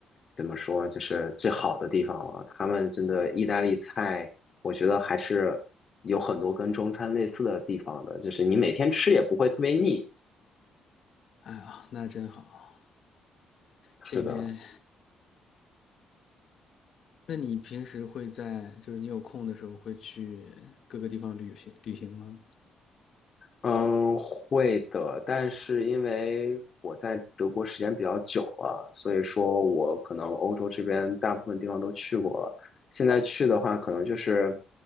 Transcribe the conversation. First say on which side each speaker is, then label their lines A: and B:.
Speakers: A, on the left; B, on the left.
A: 怎么说，就是最好的地方了。他们真的意大利菜，我觉得还是有很多跟中餐类似的地方的，就是你每天吃也不会特别腻。
B: 哎呀，那真好。这边，
A: 是的，
B: 那你平时会在就是你有空的时候会去各个地方旅行旅行吗？
A: 嗯，会的，但是因为我在德国时间比较久了，所以说我可能欧洲这边大部分地方都去过了。现在去的话，可能就是